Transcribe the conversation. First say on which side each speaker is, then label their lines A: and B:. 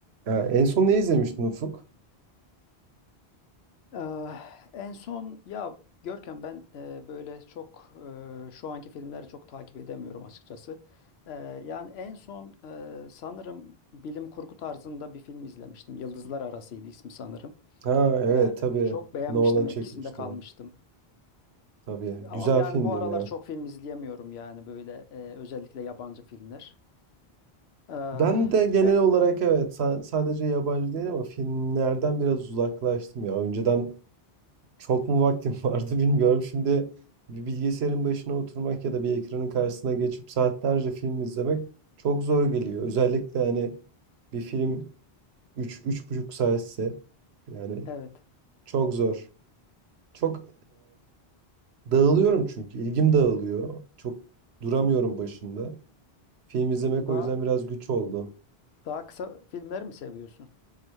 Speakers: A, on the right; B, on the left.
A: Ha, en son ne izlemiştin Ufuk?
B: Eee, en son ya Görkem ben eee, böyle çok eee, şu anki filmleri çok takip edemiyorum açıkçası. Eee, yani en son eee, sanırım bilim kurgu tarzında bir film izlemiştim. Yıldızlar Arası'ydı ismi sanırım.
A: Ha evet
B: Eee,
A: tabii.
B: çok beğenmiştim,
A: Nolan çekmişti.
B: etkisinde kalmıştım.
A: Tabii.
B: Ama
A: Güzel
B: yani
A: filmdir
B: bu aralar
A: ya.
B: çok film izleyemiyorum yani böyle eee, özellikle yabancı filmler. Eee,
A: Ben de genel
B: sen,
A: olarak evet sa- sadece yabancı değil ama filmlerden biraz uzaklaştım ya. Önceden çok mu vaktim <laughs> vardı bilmiyorum. Şimdi bir bilgisayarın başına oturmak ya da bir ekranın karşısına geçip saatlerce film izlemek çok zor geliyor. Özellikle hani bir film üç, üç buçuk saatse yani
B: evet.
A: çok zor. Çok Dağılıyorum çünkü. ilgim dağılıyor. Çok duramıyorum başında. Film izlemek
B: Daha
A: o yüzden biraz güç oldu.
B: daha kısa filmleri mi seviyorsun?